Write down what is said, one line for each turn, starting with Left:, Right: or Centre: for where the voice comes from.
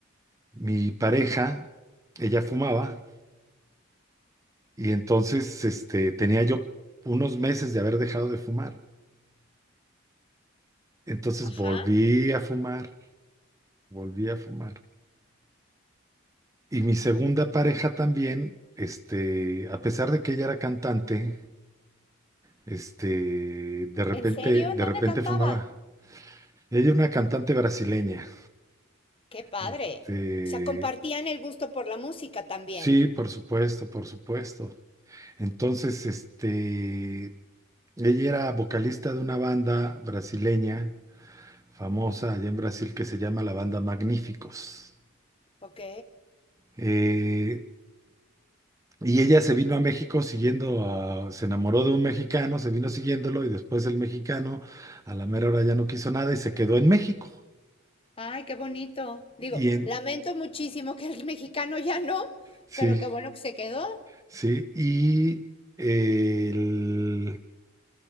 Right: Mi pareja, ella fumaba y entonces este, tenía yo unos meses de haber dejado de fumar. Entonces
Left: Ajá.
Right: volví a fumar, volví a fumar. Y mi segunda pareja también, este, a pesar de que ella era cantante, este, de repente,
Left: ¿En serio?
Right: de
Left: ¿En dónde
Right: repente
Left: cantaba?
Right: fumaba. Ella era una cantante brasileña.
Left: Qué padre.
Right: Este,
Left: O sea, compartían el gusto por la música también.
Right: sí, por supuesto, por supuesto. Entonces, este, Ella era vocalista de una banda brasileña famosa allá en Brasil que se llama la banda Magníficos.
Left: Ok.
Right: Eh, y ella se vino a México siguiendo a- se enamoró de un mexicano, se vino siguiéndolo y después el mexicano a la mera hora ya no quiso nada y se quedó en México.
Left: Ay, qué bonito. Digo,
Right: Y en,
Left: lamento muchísimo que el mexicano ya no,
Right: sí,
Left: pero qué bueno que se quedó.
Right: sí, y eh, el-